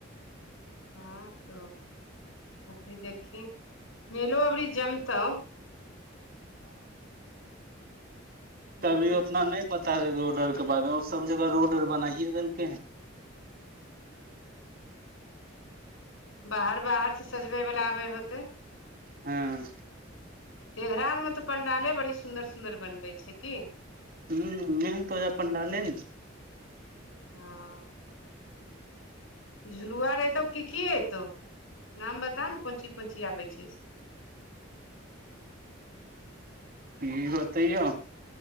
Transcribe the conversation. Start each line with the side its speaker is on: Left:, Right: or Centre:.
Left: हँ, तऽ अभी देखी। मेलो अबरी जमतौ। मेलो
Right: अबरी ओतना नहि पता रहै रोड आओरके बारेमे, सभ जगह रोड आओर बनाइए देलकै हऽन।
Left: बाहर बाहर से सजबै बला आबे होतै?
Right: हाँ
Left: तेघरामे तऽ पंडाल बड़ सुन्दर सुन्दर बनबै छै की?
Right: हँ, मेहनतो जे अपन रहल ने।
Left: हाँ झुलुआर तऽ की की ऐतऽ? नाम बताउ ने, कोन कोन चीज आबै छै से।
Right: ई बतैयौ